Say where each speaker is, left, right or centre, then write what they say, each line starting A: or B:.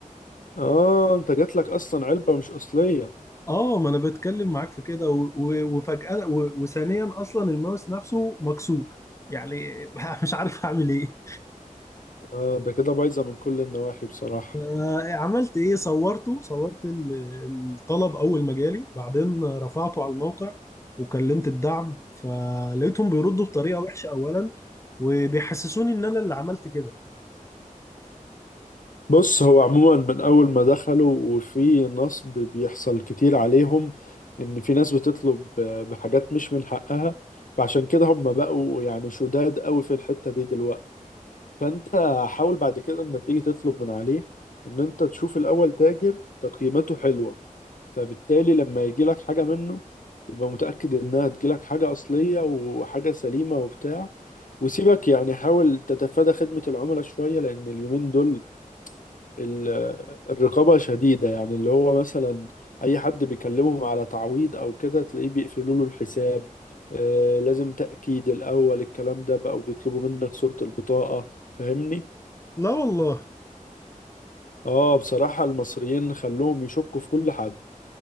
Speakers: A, on the left; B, on the left.
A: اه انت جات لك اصلا علبة مش اصلية
B: اه ما انا بتكلم معاك في كده و- و- وفجأة و- وثانيا اصلا الماوس نفسه مكسور يعني <laughs> مش عارف اعمل ايه
A: اه ده كده بايظة من كل النواحي بصراحة
B: آه، عملت ايه صورته صورت ال- الطلب اول ما جالي بعدين رفعته على الموقع وكلمت الدعم فلقيتهم بيردوا بطريقة وحشة اولا وبيحسسوني ان انا اللي عملت كده
A: بص هو عموما من اول ما دخلوا وفي نصب بيحصل كتير عليهم ان في ناس بتطلب بحاجات مش من حقها فعشان كده هم بقوا يعني شداد قوي في الحتة دي دلوقتي فانت حاول بعد كده لما تيجي تطلب من عليه ان انت تشوف الاول تاجر تقييماته حلوة فبالتالي لما يجيلك حاجة منه تبقى متأكد انها تجيلك حاجة اصلية وحاجة سليمة وبتاع وسيبك يعني حاول تتفادى خدمة العملاء شوية لأن اليومين دول ال- الرقابة شديدة يعني اللي هو مثلا أي حد بيكلمهم على تعويض أو كده تلاقيه بيقفلوا له الحساب آه، لازم تأكيد الأول الكلام ده بقى وبيطلبوا منك صورة البطاقة فاهمني؟
B: لا والله
A: اه بصراحة المصريين خلوهم يشكوا في كل حد